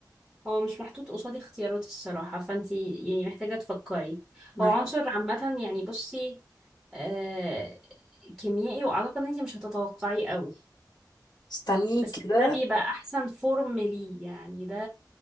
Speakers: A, in the centre; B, on the left.
A: هو مش محطوط قصادي اختيارات الصراحة فانتي يعني محتاجة تفكري
B: مح-
A: هو عنصر عامة يعني بصي آه كيميائي واعتقد ان انتي مش هتتوقعيه قوي
B: استني
A: بس
B: كده
A: ده بيبقى احسن فورم ليه يعني ده